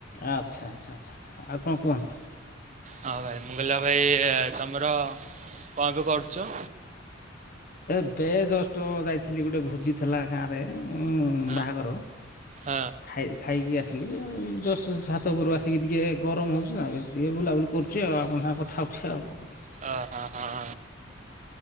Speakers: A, on the left; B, on the right.
A: ଆଚ୍ଛା ଆଚ୍ଛା ଆଚ୍ଛା ଆଉ କ କୁହନ୍ତୁ?
B: ହଁ ଭାଇ ମୁଁ ଗଲ ଭାଇ ତମର କ ଏବେ କରୁଛ?
A: ଏ ବେ ଜଷ୍ଟ ଯାଇଥିଲି ଗୁଟେ ଭୁଜି ଥିଲା। ଗାଁରେ ଉଁ
B: ହଁ
A: ବାହାଘର
B: ହଁ
A: ଖାଇ ଖାଇକି ଆସିଲି ଜଷ୍ଟ ଛାତ ଉପରୁକୁ ଆସିକି ଟିକିଏ ଗରମ ହଉଛି ନା ଟିକେ ବୁଲାବୁଲି କରୁ ଚି ଆଉ ଆପଣଙ୍କ ସାଙ୍ଗେ କଥା ହଉଛି ଆଉ କଣ କରିବି।
B: ଆ ହା ହା